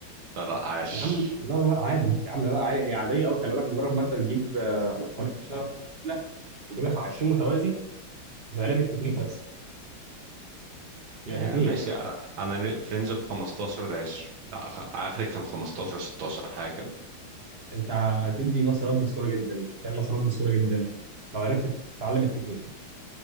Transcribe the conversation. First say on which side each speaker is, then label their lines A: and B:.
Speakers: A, on the right; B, on the right.
A: لا لا عاش
B: يا عم لا لا لا عادي يا عم لا لا عادي هي عاديه قوي خلي بالك مجرد ما انت تجيب آه، حوالي 16 عقله وتجيبها 20 متوازي هتبقى لعبه تكنيك بس هي
A: آه،
B: تكنيك
A: ماشي انا في رينج ال 15 ل 20 لا خ- اخري كان 15 16 حاجة كده
B: انت هتدي مسارات بسهوله جدا تعمل مسارات بسهوله جدا لو عرفت تتعلم التكنيك